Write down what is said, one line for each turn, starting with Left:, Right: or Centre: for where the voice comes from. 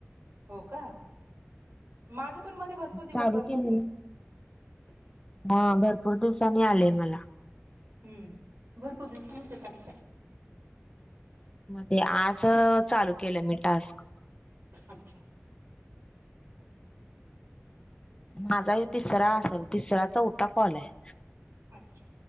Right: हो का माझं पण मध्ये भरपूर दिवस
Left: चालू
Right: बंद
Left: केलेलं.
Right: <inaudible>
Left: हा अग भरपूर दिवसाांनी आलेय मला.
Right: हम्म भरपूर दिवस म्हणजे काय?
Left: ते आज चालू केलं मी टास्क.
Right: अच्छा.
Left: माझा तिसरा असेल, तिसरा चौथा कॉल आहे.
Right: अच्छा